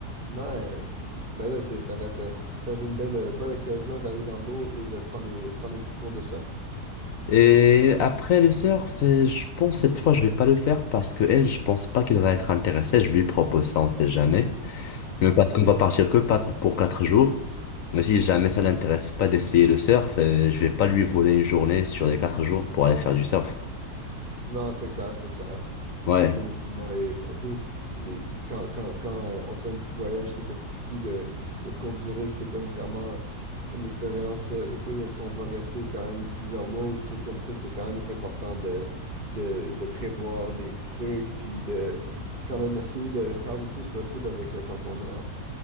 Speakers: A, on the right (about 40°); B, on the left (about 65°).
A: Nice. Ben là, c'est, ça va être, euh, ça va être une belle, euh, bonne occasion d'aller dans l'eau et de prendre des, prendre des petits cours de surf.
B: Et après le surf, euh, je pense cette fois je vais pas le faire parce que elle, je pense pas qu'elle va être intéressée. Je lui propose ça, on sait jamais. Mais parce qu'on va partir que pas- pour quatre jours. Mais si jamais ça l'intéresse pas d'essayer le surf, euh, je vais pas lui voler une journée sur les quatre jours pour aller faire du surf.
A: Non, c'est clair, c'est clair.
B: Ouais,
A: Définitivement. Et surtout, et quand, quand, quand on fait un petit voyage qui est un peu plus de, de courte durée, que c'est pas nécessairement une expérience euh, où, tu sais, où est-ce qu'on va rester quand même plusieurs mois ou des trucs comme ça, c'est quand même important de, de, de prévoir des trucs, puis de quand même essayer de faire le plus possible avec le temps qu'on a.